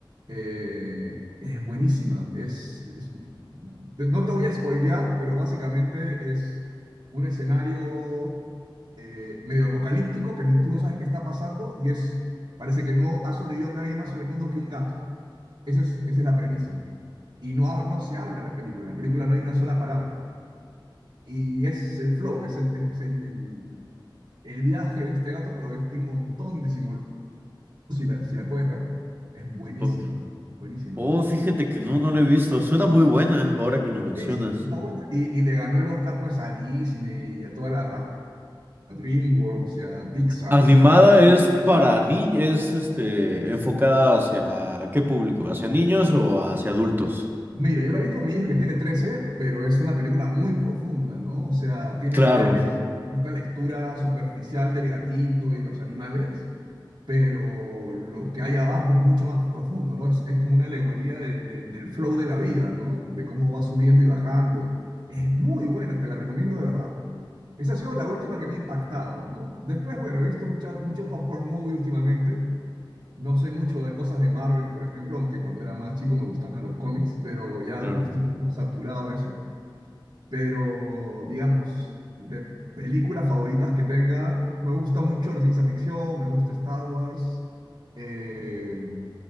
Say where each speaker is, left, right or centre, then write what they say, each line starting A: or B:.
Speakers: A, on the right; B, on the right.
A: Eh, es buenísima. Es, es- te- no te voy a spoilear, pero básicamente es un escenario eh, medio apocalíptico que no- tú no sabes qué está pasando y es, parece que no ha sobrevivido nadie más en el mundo que un gato. Esa es, esa es la premisa. Y no, ha- no se habla en la película. En la película no hay una sola palabra. Y es el flow, es el, es el, el- el viaje de este gato, pero tiene un montón de simbolismo. Si la, si la puedes ver, es buenísima,
B: Ok.
A: buenísima.
B: Oh, fíjate que no, no la he visto. Suena muy buena ahora que lo mencionas.
A: Sí, sí, está buena. Y, y le ganó el Oscar pues a Disney y a toda la a DreamWorks y a Pixar,
B: Animada
A: ¿no?
B: es para niños, es este, enfocada hacia qué público, ¿hacia niños o hacia adultos?
A: Mira, yo la vi con mi hija que tiene 13 pero es una película muy profunda, ¿no? O sea, tiene
B: Claro,
A: este, esta lectura superficial del gatito y los animales, pero lo que hay abajo es mucho más profundo, ¿no? Es, es como una alegoría de- de- del flow de la vida, ¿no? De cómo va subiendo y bajando. Es muy buena, te la recomiendo de verdad. Esa ha sido la última que me ha impactado, ¿no? Después, bueno, he visto mucha, mucho popcorn movie últimamente. No sé mucho de cosas de Marvel, por ejemplo, aunque cuando era más chico me gustaban los cómics, pero ya
B: claro.
A: como estoy como saturado de eso, pero digamos, de películas favoritas que tenga, me gusta mucho la ciencia ficción, me gusta Star Wars, eh,